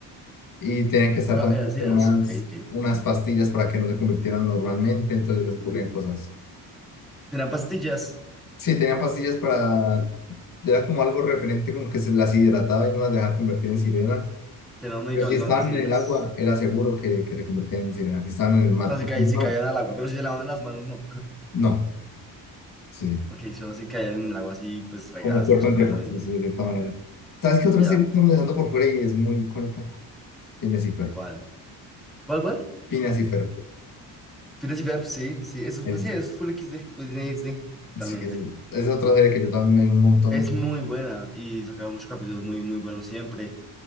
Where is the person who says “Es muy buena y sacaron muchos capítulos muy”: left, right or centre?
Centre